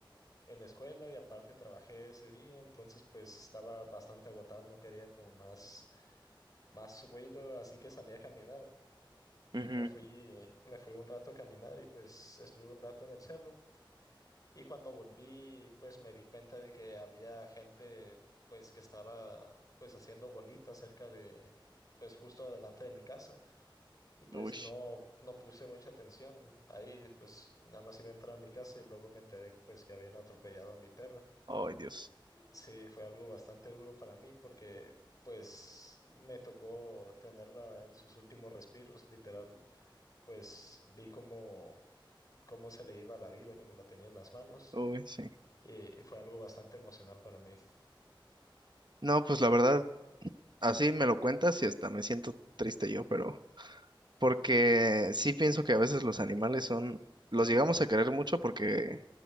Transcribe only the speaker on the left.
en la escuela y aparte trabajé ese día, entonces pues estaba bastante agotado, no quería como más, más ruido, así que salí a caminar.
Me fui, me fui un rato a caminar y pues estuve un rato en el cerro. Y cuando volví, pues me di cuenta de que había gente, pues que estaba, pues haciendo bolitas cerca de, pues justo adelante de mi casa. Y pues
no, no puse mucha atención. Ahí, pues nada más iba a entrar a mi casa y luego me enteré, pues que habían atropellado a mi perra.
Sí, fue algo bastante duro para mí porque, pues me tocó tenerla en sus últimos respiros, literal. Pues vi cómo, cómo se le iba la vida cuando la tenía en las manos.
y, y fue algo bastante emocional para mí.